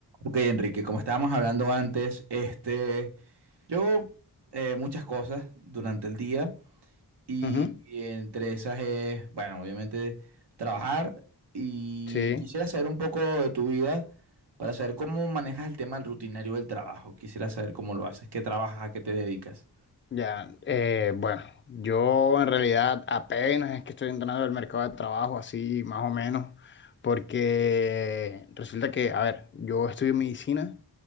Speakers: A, on the right; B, on the left.
A: Ok, Enrique, como estábamos hablando antes, este, yo hago eh, muchas cosas durante el día y,
B: Ujú,
A: y entre esas es, bueno, obviamente trabajar y
B: Sí,
A: quisiera saber un poco de tu vida para saber cómo manejas el tema del rutinario del trabajo. Quisiera saber cómo lo haces, qué trabajas, a qué te dedicas.
B: ya. eh, bueno, yo en realidad apenas es que estoy entrando al mercado de trabajo, así más o menos, porque resulta que, a ver, yo estudio medicina